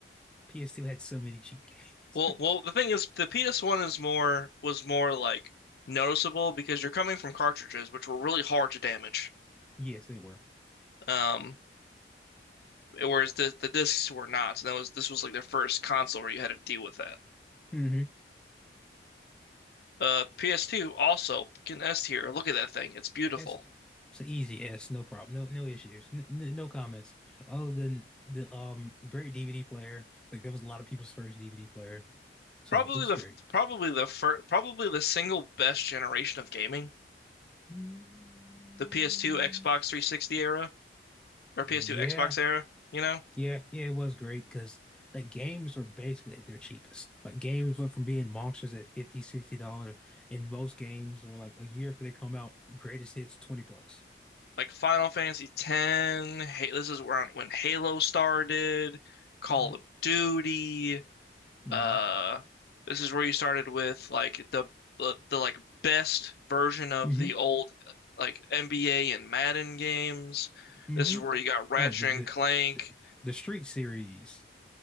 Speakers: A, in the centre; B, on the left (about 60°).
A: PS2 had so many cheap games.
B: well,
A: <laughs>
B: well, the thing is, the PS1 is more was more like noticeable because you're coming from cartridges, which were really hard to damage.
A: Yes, they were.
B: Um, whereas the the discs were not. So that was this was like their first console where you had to deal with that.
A: hmm
B: Uh, PS2 also can S tier. Look at that thing. It's beautiful.
A: That's it's an easy yes, no problem. No no issues. N n- no comments. Other than the um great DVD player. Like that was a lot of people's first DVD player. So
B: Probably
A: it was
B: the
A: great.
B: probably the fir probably the single best generation of gaming.
A: Mm,
B: The PS2 Xbox 360 era or PS2
A: yeah.
B: Xbox era, you know?
A: Yeah, yeah, it was great because like games were basically at their cheapest. Like games went from being monsters at 50, 60 dollars, and most games were like a year after they come out, greatest hits, 20 bucks.
B: Like Final Fantasy X, hey, this is where when Halo started, Call
A: hmm
B: of Duty,
A: hmm
B: Uh, this is where you started with like the the, the like best version of
A: hmm
B: the old like NBA and Madden games.
A: hmm
B: This is where you got Ratchet
A: Oh, the, the
B: and Clank.
A: the the Street series,